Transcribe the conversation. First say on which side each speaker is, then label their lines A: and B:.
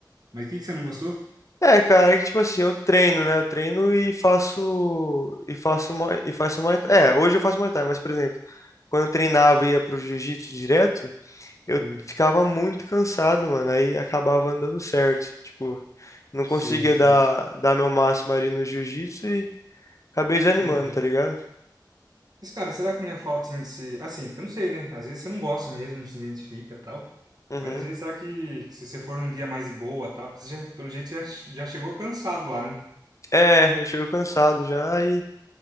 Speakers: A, on the right; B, on the left.
A: Mas o que que você não gostou?
B: É, cara, é que tipo assim, eu treino, né? Eu treino e faço e faço Muay- e faço Muay Thai. É, hoje eu faço Muay Thai, mas por exemplo, quando eu treinava e ia pro jiu-jitsu direto, eu
A: Eh,
B: ficava muito cansado, mano. Aí acabava não dando certo, tipo, não
A: Sei,
B: conseguia
A: sei.
B: dar dar meu máximo ali no jiu-jitsu e acabei desanimando,
A: Aham.
B: tá ligado?
A: Mas, cara, será que não é falta, assim, de ser... Assim, eu não sei, né? Às vezes você não gosta mesmo, não se identifica e tal.
B: Uhum.
A: Mas, às vezes, será que se você for um dia mais de boa tal... Porque você já, pelo jeito, já, já chegou cansado lá, né?
B: É, eu chego cansado já e